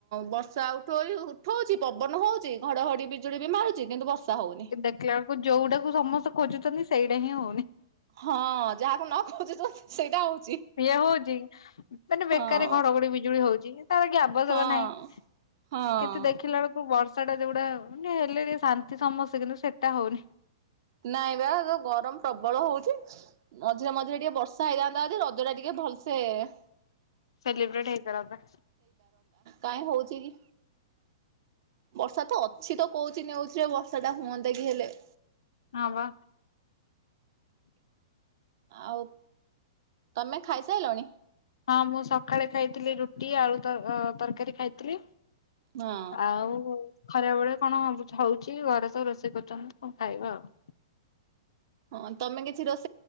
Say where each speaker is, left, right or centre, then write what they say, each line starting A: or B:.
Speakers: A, on the right; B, on the left.
A: ବର୍ଷା ଉଠଉ ଉଠଉଛି ପବନ ହଉଛି ଘଡଘଡି ବିଜୁଳି ବି ମାରୁଛି କିନ୍ତୁ ବର୍ଷା ହଉନି।
B: କି ଦେଖିଲା ବେଳକୁ ଯୋଉଟାକୁ ସମସ୍ତେ ଖୋଜୁଛନ୍ତି। ସାଇଟା ହିଁ ହଉନି ।
A: ହଁ ଯାହାକୁ ନ ଖୋଜୁଛ ସେଇଟା ହଉ-
B: ଇଏ ହଉଚି ମାନେ ବେକାର
A: ହଁ
B: ଘଡ଼ଘଡ଼ି ବିଜୁଳି ହଉଚି। କି- ତାର କି ଆବଶ୍ୟକ
A: ହଁ।
B: ନାହିଁ
A: ହଁ।
B: କିନ୍ତୁ ଦେଖିଲା ବେଳକୁ ବର୍ଷ୍ ବର୍ଷା ଟା ଯୋଗୁଡା ମାନେ ହେଲେ ଟିକେ ଶାନ୍ତି ସମସ୍ତେ କିନ୍ତୁ ସେଇଟା ହଉନି।
A: ନାଇଁ ବା ଏ ଗରମ ପ୍ରବଳ ହଉଚି। ମଝିରେ ମଝିରେ ଟିକେ ବର୍ଷା ହେଇଯାନ୍ତା ଯଦି ରଜ ଟା ଟିକେ ଭଲ ସେ-
B: ସେଲିବ୍ରେଟ୍ ହେଇପାରନ୍ତା।
A: କାଇଁ ହଉଚି କି? ବର୍ଷା ତ ଅଛି ତ କହୁଚି ନ୍ୟୁଜ୍ ରେ ବର୍ଷା ଟା ହୁଅନ୍ତା କି ହେଲେ।
B: ହଁ ବା।
A: ଆଉ ତମେ ଖାଇ ସାଇଲଣି।
B: ହଁ ମୁଁ ସକାଳେ ଖାଇଥିଲି ରୁଟି ଆଳୁ ତ ତରକାରୀ ଖାଇଥିଲି।
A: ହଁ।
B: ଆଉ ଖରା ବେଳେ କଣ ହଉଛି ଘରେ ତ ରୋଷେଇ କରୁଛନ୍ତି କଣ ଖାଇବା ଆଉ ।
A: ହଁ ତମେ କି କି ରୋସ